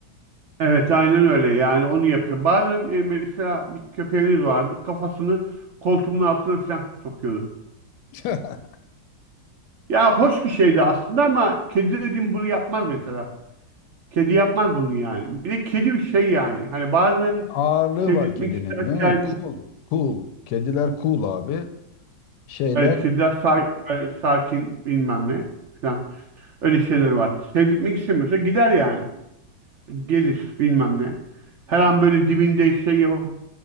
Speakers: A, on the right (about 65°); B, on the left (about 70°).
A: Evet aynen öyle yani onu yapıyor. Bazen e, mesela bir köpeğiniz vardı kafasını koltuğumun altına falan sokuyordu.
B: <laughs>
A: Ya hoş bir şeydi aslında ama kedi dediğim bunu yapmaz mesela. Kedi yapmaz bunu yani. Bir de kedi bir şey yani. Hani bazen
B: Ağırlığı
A: sevdirtmek
B: var kedinin
A: isterken
B: değil mi? Cool, cool. Kediler cool abi. Şeyler
A: evet kediler sa- böyle sakin bilmem ne falan öyle şeyler var. Sevdirtmek istemiyorsa gider yani. Gelir bilmem ne. Her an böyle dibinde şey yapıp